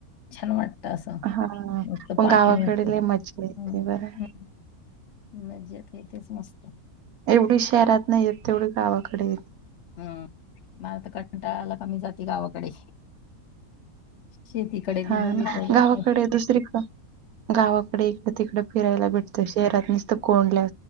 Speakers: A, on the left; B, on the right.
A: छान वाट त अस
B: हां,
A: मस्त
B: पण
A: पाणी
B: गावाकडे
A: असतं
B: लई मज्जा येते
A: -
B: बरं.
A: <inaudible> मज्जेत हे तेच मस्त
B: एवढी शहरात नाही य तेवढी गावाकडे येते
A: हम्म मला तर कंटाला आला की मी जाते गावाकडे शेतीकडे बी
B: हां
A: बघित
B: ना, गावाकडे
A: <inaudible>
B: दुसरीकडं गावाकडे इकडं, तिकडं फिरायला भेटतं शहरात नसत कोंडल्या